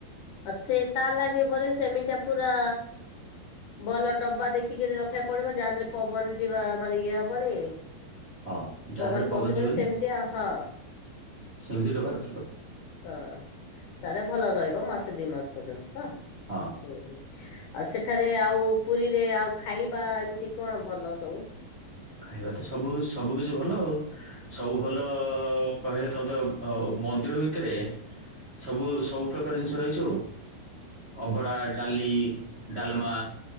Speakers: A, on the left; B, on the right.
A: ଆ ସେ ତା ଲାଗି ବୋଇଲେ ସେମି କା ପୁରା। ଭଲ ଡବା ଦେଖିକିରି ରଖିବାକୁ ପଡିବ ଯାହା ଦେହରେ ପବନ ଯିବା ମାନେ ଇଏ ହବନି।
B: ହଁ ଯାହା
A: ପବନ
B: ଦେହରେ
A: ପସିବନି
B: ଯିବନି।
A: ସେମିତିଆ ହଁ।
B: ସେମିତି ଡବା ରଖିବ
A: ହଁ ତାହେଲେ ଭଲ ରହିବ ମାସେ ଦି ମାସ ପର୍ଯ୍ୟନ୍ତ ତ।
B: ହଁ।
A: ହୁଁ ଆଉ ସେଠାରେ ଆଉ ପୁରୀରେ ଆଉ ଖାଇବା ଏମିତି କଣ ଭଲ ସବୁ।
B: ଖାଇବା ତ ସବୁ ସବୁ କିଛି ଭଲ ଆଉ। ସବୁ ଭଲ କହିଲେ ତମେ ତ ଅ ଉ ମନ୍ଦିର ଭିତରେ। ସବୁ ସବୁ ପ୍ରକାର ଜିନିଷ ରହିଛୁ ଅଭଡା। ଡାଲି ଡାଲମା